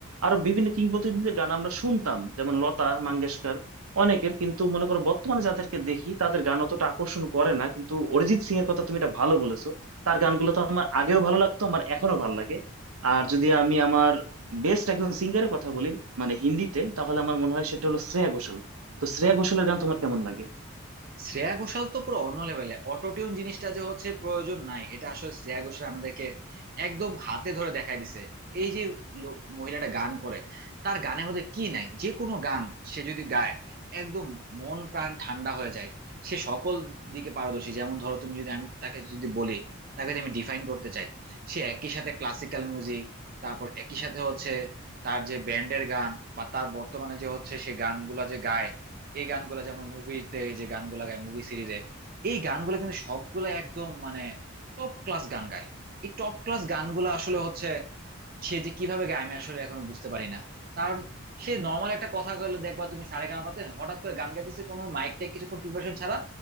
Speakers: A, on the right (about 80°); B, on the right (about 40°).
A: আরো বিভিন্ন কিংবদন্তিদের গান আমরা শুনতাম যেমন লতা মঙ্গেশকর অনেকের কিন্তু মনে করো বর্তমানে যাদেরকে দেখি তাদের গান অতটা আকর্ষণ করে না কিন্তু অরিজিৎ সিং এর কথা তুমি এটা ভালো বলেছো তার গানগুলো তো আমার আগেও ভালো লাগতো আমার এখনো ভালো লাগে আর যদি আমি আমার বেস্ট একজন সিঙ্গারের কথা বলি মানে হিন্দিতে তাহলে আমার মনে হয় সেটা হলো শ্রেয়া ঘোষাল তো শ্রেয়া ঘোষালের গান তোমার কেমন লাগে
B: শ্রেয়া ঘোষাল তো পুরো অন্য লেভেলে অটোটিউন জিনিসটা যে হচ্ছে প্রয়োজন নাই এটা আসলে শ্রেয়া ঘোষাল আমাদেরকে একদম হাতে ধরে দেখাই দিছে এই যে লো- মহিলাটা গান করে তার গানের মধ্যে কি নাই যে কোনো গান সে যদি গায় একদম মন প্রাণ ঠান্ডা হয়ে যায় সে সকল দিকে পারদর্শী যেমন ধরো তুমি যদি আমি তাকে যদি বলি তাকে যদি আমি ডিফাইন করতে চাই সে একই সাথে ক্লাসিক্যাল মিউজিক তারপর একই সাথে হচ্ছে তার যে ব্যান্ডের গান বা তার বর্তমানে যে হচ্ছে সে গানগুলা যে গায় এই গানগুলা যেমন মুভিতে যে গানগুলা গায় মুভি সিরিজে এই গানগুলা কিন্তু সবগুলা একদম মানে টপ ক্লাস গান গায় এই টপ ক্লাস গানগুলা আসলে হচ্ছে সে যে কিভাবে গায় আমি আসলে এখনো বুঝতে পারি না কারণ সে নর্মাল একটা কথা বলে দেখবা তুমি সারেগামাপাতে হঠাৎ করে গান গাইতেছে কোনো মাইক টাইক কিছুক্ষণ প্রিপারেশন ছাড়া